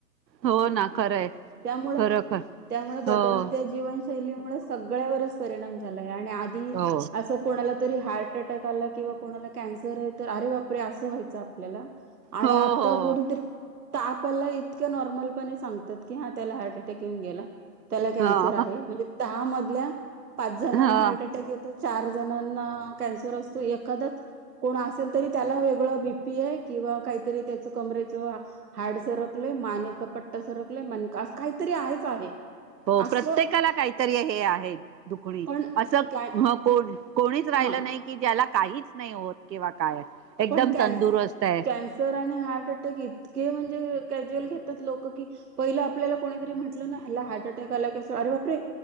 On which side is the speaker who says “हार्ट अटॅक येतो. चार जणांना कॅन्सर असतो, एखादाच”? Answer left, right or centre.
Right